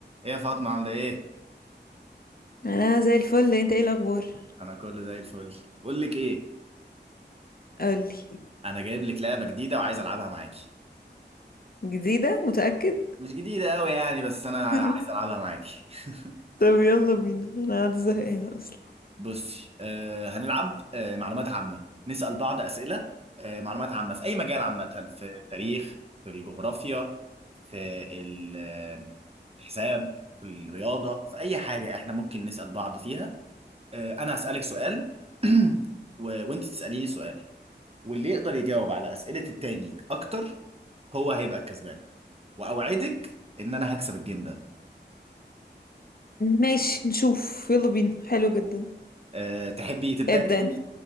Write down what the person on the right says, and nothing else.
ايه يا فاطمة عاملة ايه؟
أنا كله زي الفل بقول لك ايه؟
أنا جايب لك لعبة جديدة وعايز ألعبها معاكي
مش جديدة أوي يعني بس أنا عايز
ألعبها معاكي <laughs>
بصي آه هنلعب آه معلومات عامة نسأل بعض أسئلة آه معلومات عامة في أي مجال عامة في التاريخ في الجغرافيا في ال- آه، الحساب في الرياضة في أي حاجة إحنا ممكن نسأل بعض فيها آه أنا هسألك سؤال <clears throat> و... وأنت تسأليني سؤال واللي يقدر يجاوب على أسئلة التاني أكتر هو هيبقى الكسبان وأوعدك إن أنا هكسب الجيم ده
أه تحبي تبدأ
أنت؟